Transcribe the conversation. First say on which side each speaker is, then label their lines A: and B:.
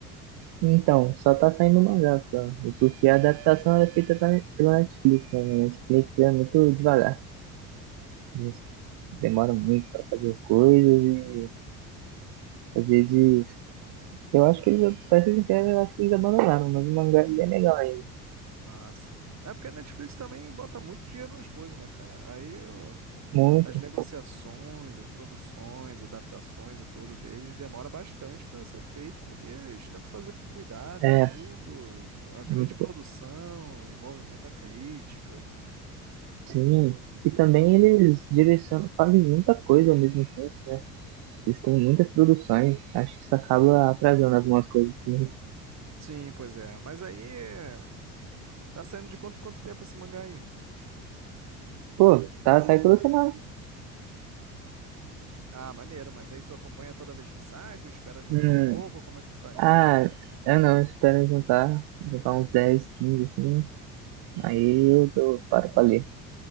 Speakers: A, on the right (about 55°); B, on the right (about 35°).
A: Então, só tá saindo mangá só. E Porque a adaptação era feita pela pela Netflix, né? E A Netflix é muito devagar. Eles demoram muito pra fazer as coisas e às vezes. Eu acho que eles, pra ser sincero, eu acho que eles abandonaram, mas o mangá é bem legal ainda.
B: Ah, sim. É porque a Netflix também bota muito dinheiro nas coisas, né, cara? Aí eu.
A: Muito,
B: As negociações, as produções, adaptações e tudo deles demora bastante para ser feito, porque eles tentam fazer com cuidado
A: é,
B: e tudo. e a grande
A: muito
B: produção
A: bom.
B: envolve muita crítica.
A: Sim. E também eles direcionam, fazem muita coisa ao mesmo tempo. Eles têm muitas produções. Acho que isso acaba atrasando algumas coisas. também.
B: Sim, pois é. Mas aí é, tá saindo de quanto quanto tempo esse mangá aí?
A: Pô, tá sai toda semana.
B: Ah, maneiro, mas aí tu acompanha toda vez que sai, tu espera juntar
A: Hum,
B: um pouco, como é que tu faz?
A: Ah, eu não, eu espero juntar, juntar uns 10 15 assim, aí eu dou, paro pra ler.